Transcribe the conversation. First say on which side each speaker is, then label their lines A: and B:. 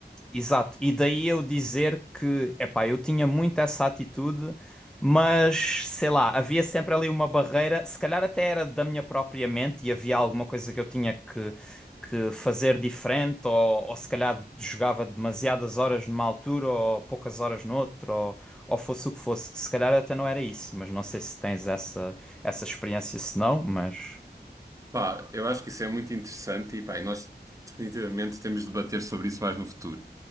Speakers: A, in the centre; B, on the right (about 20°).
A: Exato, e daí eu dizer que, epá, eu tinha muito essa atitude, mas sei lá, havia sempre ali uma barreira, se calhar até era da minha própria mente e havia alguma coisa que eu tinha que, que fazer diferente, ou, ou se calhar jogava demasiadas horas numa altura ou poucas horas noutra, ou, ou fosse o que fosse. Se calhar até não era isso, mas não sei se tens essa, essa experiência, se não, mas
B: Pá, eu acho que isso é muito interessante e, pá, e nós definitivamente temos de debater sobre isso mais no futuro.